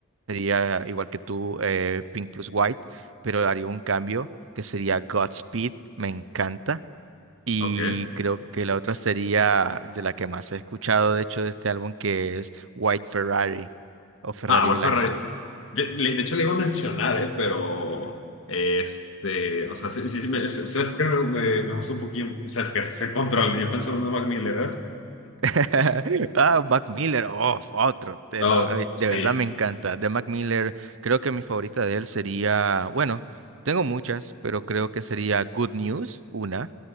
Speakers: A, on the right; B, on the left.
A: sería, igual que tú, eh, Pink Plus White, pero haría un cambio que sería Godspeed. Me encanta. Y
B: Ok.
A: creo que la otra sería de la que más he escuchado, de hecho, de este álbum, que es White Ferrari o Ferrari
B: Ah, bueno,
A: Blanco.
B: Ferrari. De, le- de hecho, le iba a mencionar, ¿eh? Pero, este, o sea, sí, sí, sí, me- se- Selfcare me, me, me gustó un poquito. Selfcare, se control. Yo pensaba en Mac Miller, ¿eh?
A: <laughs> Ah, Mac Miller, oh, otro. te
B: Oh,
A: lo- eh, de
B: sí.
A: verdad me encanta. De Mac Miller, creo que mi favorita de él sería, bueno, tengo muchas, pero creo que sería Good News, una.